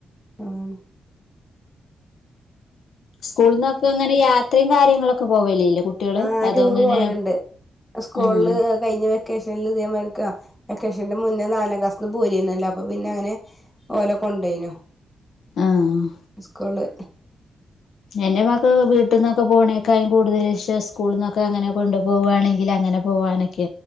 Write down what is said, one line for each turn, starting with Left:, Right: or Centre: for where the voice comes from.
Centre: ആഹ
Left: സ്കൂള്ന്നക്കെ ഇങ്ങനെ യാത്രയും കാര്യങ്ങളൊക്കെ പോവലില്ലേ കുട്ടികള്
Centre: ആഹ
Left: അതോ
Centre: ടൂർ
Left: ഇങ്ങനെ
Centre: പോയലുണ്ട് സ്കൂളില്
Left: ആഹ്
Centre: കഴിഞ്ഞ വെക്കേഷനിൽ ഇതേമാരിക് വെക്കേഷന്റെ മുന്നേ നാലാം ക്ലാസ്സിന്ന് പോരിന്നലോ അപ്പൊ പിന്നെ അങ്ങനെ ഓലെ കൊണ്ടേയിനു
Left: ആഹ്
Centre: സ്കൂള്
Left: എന്റെ മക്കളൊക്കെ വീട്ടിന്നൊക്കെ പോണേക്കായും കൂടുതൽ ഇഷ്ട്ടം സ്കൂളിൽന്നൊക്കെ അങ്ങനെ കൊണ്ടു പോകുകവാണെങ്കിൽ അങ്ങനെ പോകാനൊക്കെ